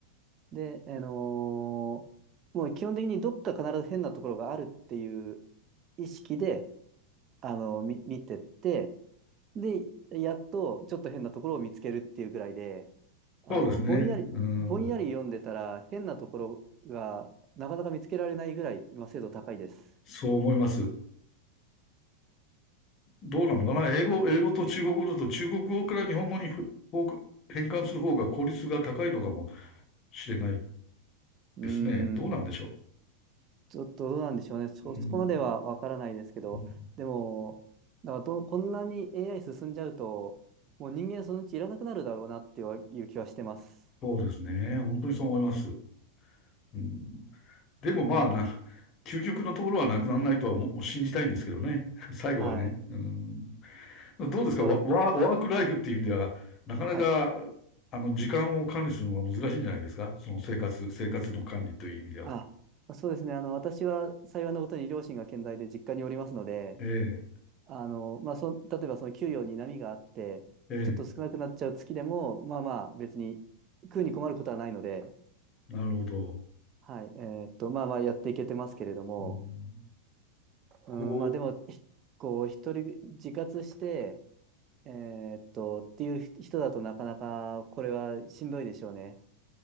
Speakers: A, on the right; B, on the left.
A: で、あのーもう基本的にどっか必ず変なところがあるっていう意識で、あの、み、見てって、で、やっとちょっと変なところを見つけるっていうぐらいで、あの、
B: そうですね。
A: ぼんやり、
B: うん。
A: ぼんやり読んでたら変なところがなかなか見つけられないぐらい今精度高いです。
B: そう思います。どうなのかな英語、
A: あ
B: 英語と中国語だと中国語から日本語にふ変換する方が効率が高いのかもしれない
A: うーん、
B: ですね。どうなんでしょ
A: ちょっとどうなんでしょうね。そ、
B: う。うん、
A: そこまではわからないですけど、
B: うん
A: でも、なんかど、こんなに AI 進んじゃうと、もう人間そのうちいらなくなるだろうなっていう気はしてます。
B: そうですね。本当にそう思います。うん、でもまあな、究極のところはなくならないとはもう信じたいんですけどね。<laughs> 最後はね。
A: はい。
B: うん、どうですかワ、
A: そうだ。
B: ワワークライフっていう意味では、なかなか、
A: はい。
B: あの、時間を管理するのが難しいんじゃないですかその生活、生活の管理という意味では。
A: あ、そうですね。あの、私は幸いなことに両親が健在で実家におりますので、
B: え
A: あの、まあ、そ、例えばその給料に波があって、
B: え、
A: ちょっと少なくなっちゃう月でも、
B: え
A: まあまあ別に食うに困ることはないので、
B: え、なるほど。
A: はい、えーっと、まあまあやっていけてますけれども、
B: うん、
A: うん、
B: こ
A: まあでも、ひこう、一人自活して、えーっと、っていう人だとなかなかこれはしんどいでしょうね。